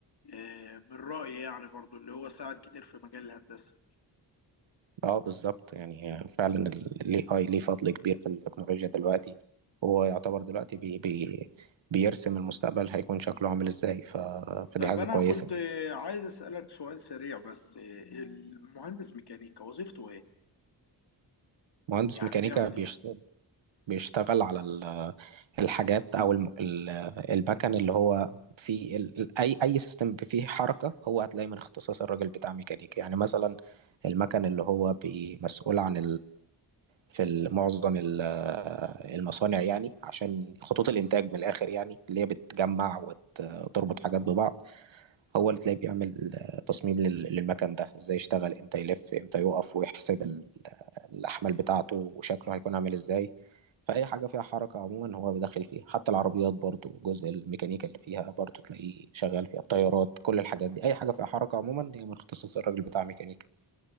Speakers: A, on the left (about 60°); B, on the right (about 80°).
A: آه، من رأيي يعني برضو اللي هو ساعد كتير في مجال الهندسه
B: اه بالظبط يعني هي فعلا الاي اي ليه فضل كبير في التكنولوجيا دلوقتي وهو يعتبر دلوقتي بي بي بيرسم المستقبل هيكون شكله عامل ازاي ف... فدي
A: طب
B: حاجة
A: انا
B: كويسة
A: كنت
B: جدا
A: آه، عايز اسألك سؤال سريع بس آه، المهندس ميكانيكا وظيفته ايه
B: مهندس
A: يعني
B: ميكانيكا
A: بيعمل
B: بيشت...
A: ايه
B: بيشتغل على ال- الحاجات او الم... ال- المكن اللي هو في ال... ال- اي اي سيستم فيه حركة هو هتلاقي من اختصاص الراجل بتاع ميكانيكا يعني مثلا المكن اللي هو بي- مسؤول عن في ال- معظم ال- المصانع يعني عشان خطوط الإنتاج من الآخر يعني اللي هي بتجمع وت- وتربط حاجات ببعض هو اللي تلاقيه بيعمل تصميم لل- للمكن ده ازاي يشتغل امتى يلف امتى يقف ويحسب ال- الأحمال بتاعته وشكله هيكون عامل ازاي فأي حاجة فيها حركة عموما هو بيدخل فيها حتى العربيات برضو جزء الميكانيكا اللي فيها برضو تلاقيه شغال فيها الطيارات كل الحاجات دي أي حاجة فيها حركة عموما هي من اختصاص الراجل بتاع ميكانيكا